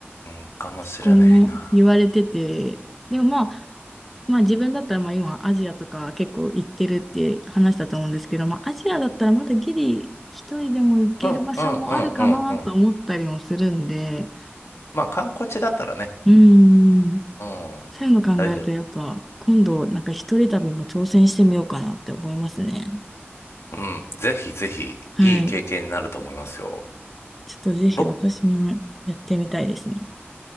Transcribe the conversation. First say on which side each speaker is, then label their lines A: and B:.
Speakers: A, on the left; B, in the centre.
A: ん、かもしれないな。
B: こう言われてて、でもまあ、まあ自分だったらまあ今アジアとか結構行ってるって話だと思うんですけど、まあアジアだったらまだギリ一人でも行ける場所もあるかなと思ったりもするんで、
A: うん、うん、うん、うん、うん。まあ、観光地だったらね。
B: うん、
A: うん、
B: そういうの考えるとやっぱ今度なんか一人旅も挑戦してみようかなって思いますね。
A: 大丈夫。うん、ぜひぜひ、
B: はい。
A: いい経験になると思いますよ。
B: ちょっとぜひ私もやってみたいですね。
A: 僕、